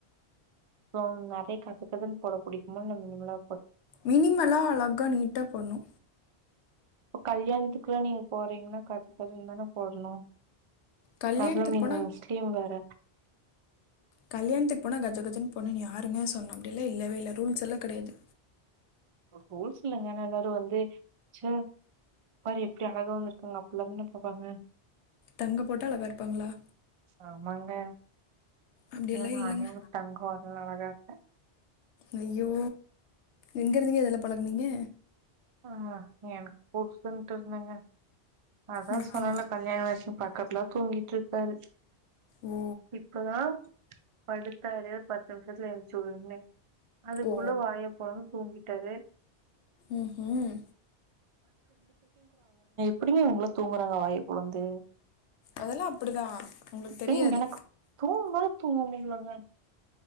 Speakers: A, on the right; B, on the left.
A: அப்றோ நெறைய கஜகஜன்னு போட புடிக்குமா இல்ல மினிமல்லா
B: மினிமலா அழகா நீட்டா போன்னு
A: இப்ப கல்யாணத்துக்குல்லா நீங்க போறீங்கன்னா கஜ கஜன்னு தான போடனு
B: கல்யாணத்துக்கு
A: ததுவு நீங்க
B: போனால்
A: முஸ்லீம் வேற
B: கல்யாணத்துக்கு போனா கஜ கஜன்னு போடணுண்ணு யாருங்க சொன்னா அப்டியெல்லா இல்லவே இல்ல ரூல்ஸ் எல்லா கெடையாது
A: ரூல்ஸ் இல்லங்க ஆனா எல்லாரு வந்து ச்ச பாரு எப்டி அழகா வந்துருக்காங்க அப்பில்லாந்தான பாப்பாங்க
B: தங்க போட்டா அழகா இருப்பாங்களா
A: ஆமாங்க ம்
B: அப்படியெல்லாம்
A: ஹு நானே
B: இல்லைங்க
A: ஒரு தங்கோ அதனால அழகா இருப்பே
B: ஐயோ எங்க இருந்துங்க இதெல்லா பழகுனீங்க
A: ஆமா எனக்கு புருசன்ட்டு இருந்துங்க அதா
B: ம்ஹும்.
A: சொன்னேல கல்யாண ஆயிருச்சுனு பக்கத்துல தூங்கிட்டு இருக்காரு
B: ஓ
A: இப்பதா படுத்தாரு பத்து நிமிஷத்துல எந்துச்சு உடுன்னு அதுக்குள்ள
B: ஓ
A: வாய பொளந்து தூங்கிட்டாரு
B: ம்
A: எப்டிங்க இவுங்கலா தூங்குறாங்க வாயப் பொளந்து
B: அதெல்லாம் அப்படிதான் உங்களுக்கு
A: ச்சிங்
B: தெரியாது
A: எனக்கு தூங்குனாலு தூங்க முடிலங்க